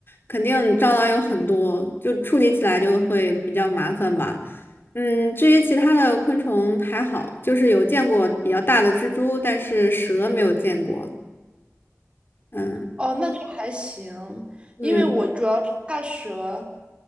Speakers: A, on the left (about 45°); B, on the right (about 20°).
A: 肯定蟑螂有很多，就处理起来就会比较麻烦吧。嗯，至于其他的昆虫还好，就是有见过比较大的蜘蛛，但是蛇没有见过。嗯
B: 哦，那就还行，
A: 嗯。
B: 因为我主要是怕蛇，